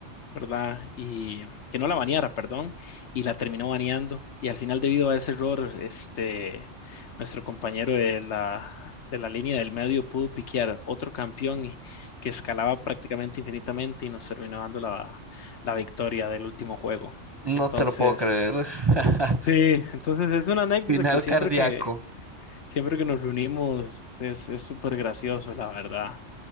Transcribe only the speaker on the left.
¿verdad? Y que no la baneara, perdón, y la terminó baneando. Y al final, debido a ese error, este, nuestro compañero de la, de la línea del medio pudo piquear otro campeón y- que escalaba prácticamente infinitamente y nos terminó dando la, la victoria del último juego.
Entonces,
sí, entonces es una anécdota
que siempre
que, siempre que nos reunimos es, es súper gracioso, la verdad.